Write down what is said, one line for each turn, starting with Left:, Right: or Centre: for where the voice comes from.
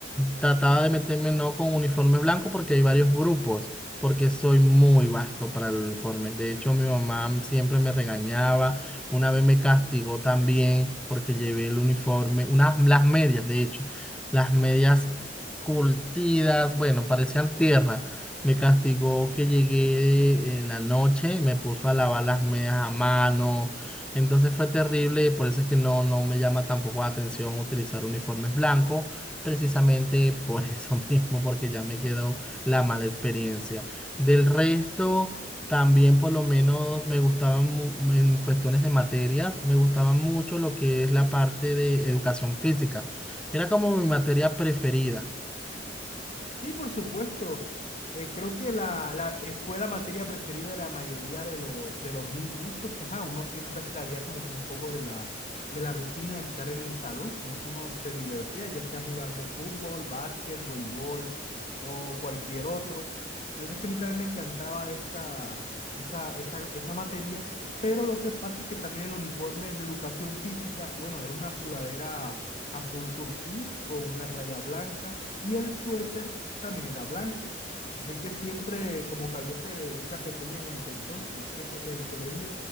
Centre: trataba de meterme no con uniforme blanco porque hay varios grupos, porque soy muy vasto para el uniforme. De hecho, mi mamá siempre me regañaba. Una vez me castigó también porque llevé el uniforme, unas, las medias, de hecho, las medias curtidas, bueno, parecían tierra. Me castigó que llegué en la noche, me puso a lavar las medias a mano. Entonces fue terrible y por eso es que no, no me llama tampoco la atención utilizar uniformes blancos, precisamente por <laughs> eso mismo, porque ya me quedó la mala experiencia. Del resto, también por lo menos me gustaban mu- en cuestiones de materias, me gustaba mucho lo que es la parte de educación física. Era como mi materia preferida.
Left: Sí, por supuesto. Eh, creo que la, la, eh, fue la materia preferida de la mayoría de los, de los niños, porque ajá, uno siempre salía como que un poco de la, de la rutina de estar en el salón, sino que uno se divertía, ya sea jugando fútbol, básquet, voleibol o cualquier otro. La verdad es que a mí también me encantaba esa, esa, esa, esa materia, pero lo que pasa es que también el uniforme de educación física, bueno, era una sudadera azul turquí con una raya blanca y el suéter también era blanco. Así que siempre como que había ese, esa pequeña como que entonces este, co- el colegio